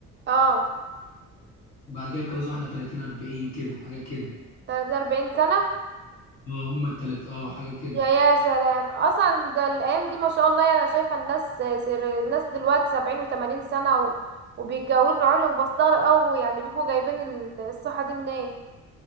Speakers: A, on the right; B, on the left.
A: اه
B: بعد كده اتجوز واحده 30 40 كده حاجه كده
A: تلاتة أربعين سنة
B: اه هما التلات اه حاجه كده
A: يا يا سلام اصلا ده الايام دي ما شاء الله يعني انا شايفة الناس سر الناس دلوقتي سبعين وتمانين سنة و... وبيتجوزوا عادي وبستغرب اوي يعني بيبقوا جايبين ال- الصحة دي منين